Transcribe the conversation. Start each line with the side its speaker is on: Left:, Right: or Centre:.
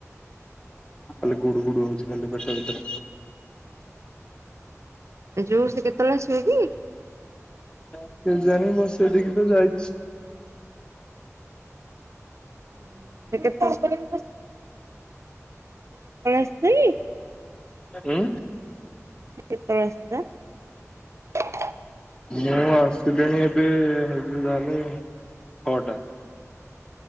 Left: ଖାଲି ଗୁଡୁ ଗୁଡୁ ହଉଛି ଖାଲି ପେଟ ଭିତରେ।
Right: ଯୋଉ ସେ କେତେବେଳେ ଆସିବ କି?
Left: <unintelligible> କେ ଜାଣି ବସେଇଦେଇ କିି ତ ଯାଇଛି।
Right: ହୁଁ ସେ କେ ତୁ କେତେବେଳେ ଆସିଥିଲୁ କି?
Left: ଉଁ।
Right: ସେ କେତୋଳେ ଆସିଥିଲା?
Left: ମୁଁ ଆସିଲିଣି ଏବେ ହେଇଯିବ ଯାହା ହେଲେ ଛଅଟା।